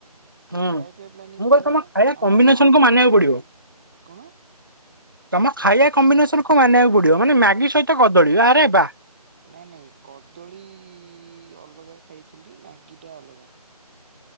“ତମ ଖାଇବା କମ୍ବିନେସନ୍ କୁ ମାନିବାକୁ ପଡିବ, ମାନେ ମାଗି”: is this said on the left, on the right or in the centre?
Right